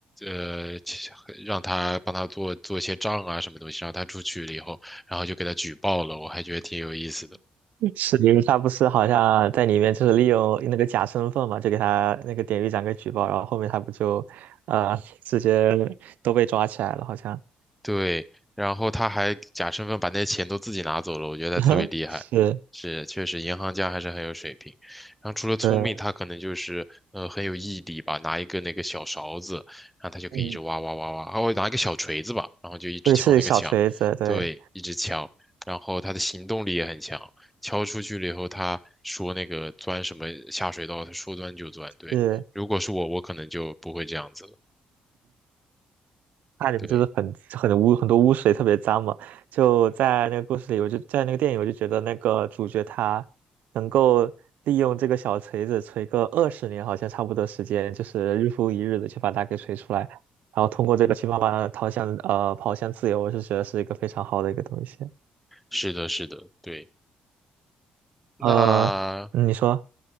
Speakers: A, in the centre; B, on the right.
A: 呃其让他帮他做做一些账啊什么东西，然后他出去了以后，然后就给他举报了，我还觉得挺有意思的。
B: 嗯是因为他不是好像在里面就是利用那个假身份嘛，就给他那个典狱长给举报，然后后面他不就呃直接都被抓起来了，好像
A: 对，然后他还假身份把那钱都自己拿走了，我觉得他特别厉害。
B: <laughs> 是，
A: 是，确实银行家还是很有水平。然后除了聪明，
B: 对，
A: 他可能就是呃很有毅力吧，拿一个那个小勺子，然后他就可以一直挖挖挖挖，
B: 嗯，
A: 还会拿一个小锤子吧，然后就一直敲那个墙，
B: 对，是小锤子，对，
A: 对，一直敲。然后他的行动力也很强，敲出去了以后，他说那个钻什么下水道，他说钻就钻。对，
B: 是。
A: 如果是我，我可能就不会这样子了。
B: 那里不就是很很污很多污水，
A: 对，
B: 特别脏嘛？就在那个故事里，我就在那个电影，我就觉得那个主角他能够利用这个小锤子锤个二十年，好像差不多时间，就是日复一日的去把它给锤出来，然后通过这个去慢慢的逃向呃跑向自由，我是觉得是一个非常好的一个东西。
A: 是的，是的，对。那
B: 呃，嗯你说，